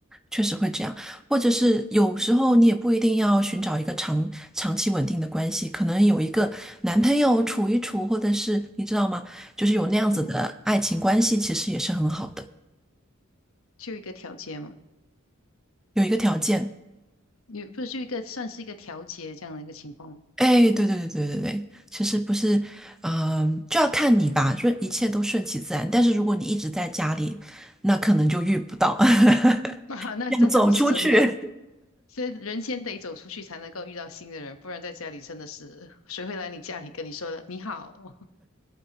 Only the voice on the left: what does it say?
嗯哼，
就一个调节嘛，
也不是就一个算是一个调节这样的一个情况。
<laughs> 啊，那这倒是真的，
所以人先得走出去才能够遇到新的人，不然在家里真的是 <laughs> 谁会来你家里跟你说你好？<laughs>